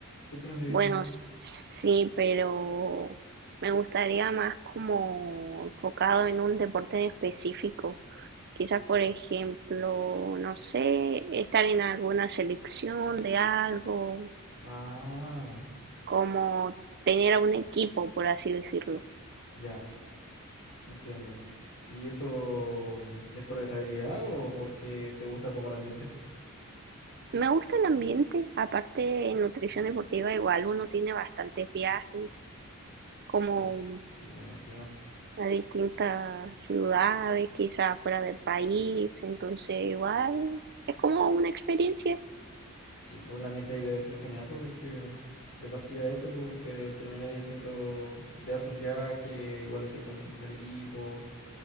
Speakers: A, on the left; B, on the right.
A: ¿Qué tienen de distinto?
B: Bueno, sí, pero me gustaría más como enfocado en un deporte en específico. Quizás, por ejemplo, no sé, estar en alguna selección de algo,
A: Ah,
B: como tener a un equipo, por así decirlo.
A: ya, entiendo. ¿Y eso mm, es por estabilidad o porque te gusta como el ambiente?
B: Me gusta el ambiente, aparte en nutrición deportiva igual uno tiene bastantes viajes, como
A: Ah, sí, pues me imagino.
B: a distintas ciudades, quizás fuera del país, entonces igual es como una experiencia,
A: Sí, pues la ambiente ahí debe ser genial, pues porque de partida eso, pues te termináis haciendo de hartos viajes, igual estáis con, con el equipo.